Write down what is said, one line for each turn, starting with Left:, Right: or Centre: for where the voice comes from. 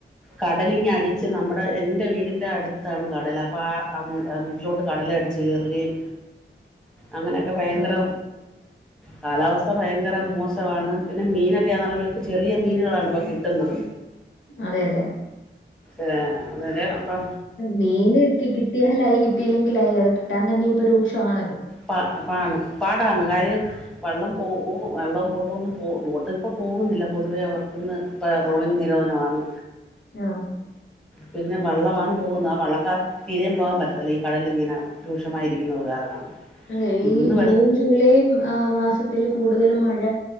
Centre: കടലിങ്ങടി ച്ച് നമ്മുടെ എൻ്റെ വീടിൻ്റെ അടുത്താണ് കടല് അപ്പോ ആ വീട്ടിലോട്ട് കടല്അടിച്ച് കയറുകയും അങ്ങനെയൊക്കെ ഭയങ്കര
Left: ആഹ്
Centre: കാലാവസ്ഥ ഭയങ്കര മോശവാണ് പിന്നെ മീനൊക്കെയാ ചെറിയ മീനുകളാണ് ഇപ്പോൾ കിട്ടുന്നത്
Left: അതെ അതെ
Centre: ഏ അന്നേരം അപ്പോ
Left: മീന് കിട്ടിയാലായി കിട്ടിയില്ലെങ്കിലായി അത് കിട്ടാൻ തന്നെ ഇപ്പോ രൂക്ഷവാണല്ലോ
Centre: പ പാണ് പാടാണ് കാര്യം വെള്ളം പോ വെള്ളവും ബോട്ടും ഒന്നും പോ ബോട്ടിൽ ഇപ്പോ പോകുന്നില്ല പൊതുവേ അവർക്ക്ന്ന് പ റോളിംഗ് നിരോധനമാണ്
Left: ആഹ്
Centre: പിന്നെ വള്ളമാണ് പോകുന്നത് ആ വള്ളക്കാർക്ക് തീരയും പോകാൻ പറ്റത്തില്ല ഈ കടലിങ്ങനെ രൂക്ഷമായിരിക്കുന്നുന്നത് കാരണം
Left: അതെ
Centre: ഇന്ന്
Left: ഈ ജൂൺ ജൂലൈ ആ മാസത്തിൽ കൂടുതലും മഴ